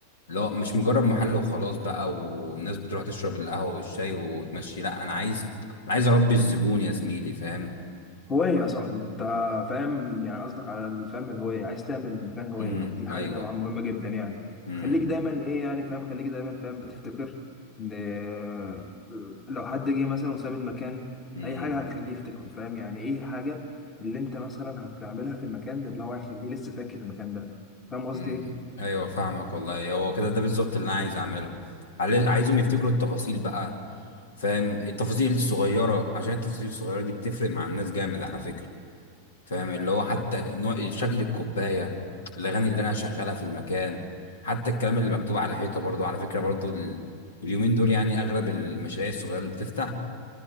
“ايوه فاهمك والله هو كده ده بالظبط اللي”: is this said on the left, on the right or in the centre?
Left